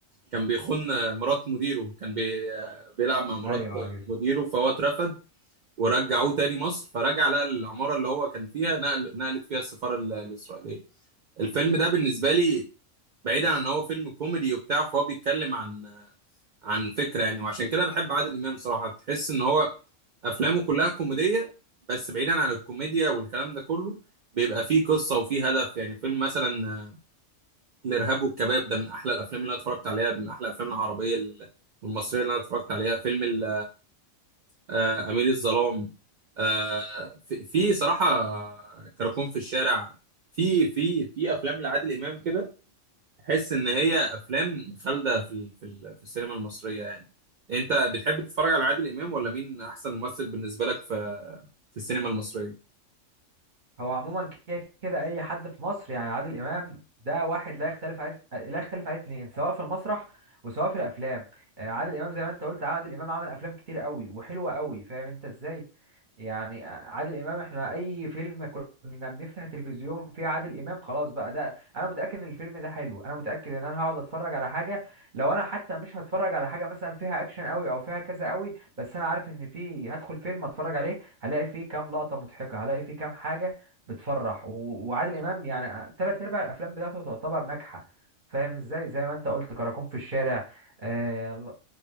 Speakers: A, on the right; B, on the right.
A: كان بيخون آه، مرات مديره كان بي آه، بيلعب مع مرات
B: ايوه
A: آه،
B: ايوه
A: مديره فهو اترفد ورجعوه تاني مصر فرجع لقى العمارة اللي هو كان فيها نقل نقلت فيها السفارة ال- الإسرائيلية الفيلم ده بالنسبة لي بعيدا عن ان هو فيلم كوميدي وبتاع فهو بيتكلم عن آه، عن فكرة يعني وعشان كده بحب عادل إمام صراحة تحس ان هو افلامه كلها كوميدية بس بعيدا عن الكوميديا والكلام ده كله بيبقى فيه قصة وفيه هدف يعني فيلم مثلا الارهاب والكباب ده من احلى الافلام اللي انا اتفرجت عليها من احلى الافلام العربيه ال- والمصريه اللي انا اتفرجت عليها فيلم ال- آه، امير الظلام آه، في في صراحه كراكون في الشارع في في في افلام لعادل امام كده تحس ان هي افلام خالده في ال- في ال- في السينما المصريه يعني انت بتحب تتفرج على عادل امام ولا مين احسن ممثل بالنسبه لك في في السينما المصريه
B: هو عموما كده كده اي حد في مصر يعني عادل امام ده واحد لا يختلف عليه لا يختلف عليه اتنين سواء في المسرح وسواء في الافلام آه، عادل امام زي ما انت قلت عادل امام عمل افلام كتير قوي وحلوه قوي فاهم انت ازاي يعني آه، عادل امام احنا اي فيلم كنا بنفتح التلفزيون فيه عادل امام خلاص بقى ده انا متاكد ان الفيلم ده حلو انا متاكد ان انا هقعد اتفرج على حاجه لو انا حتى مش هتفرج على حاجه مثلا فيها اكشن قوي او فيها كذا قوي بس انا عارف ان فيه هدخل فيلم اتفرج عليه هلاقي فيه كام لقطه مضحكه هلاقي فيه كام حاجه بتفرح و- وعادل امام يعني تلات ارباع الافلام بتاعته تعتبر ناجحه فاهم ازاي زي ما انت قلت كراكون في الشارع آه ال-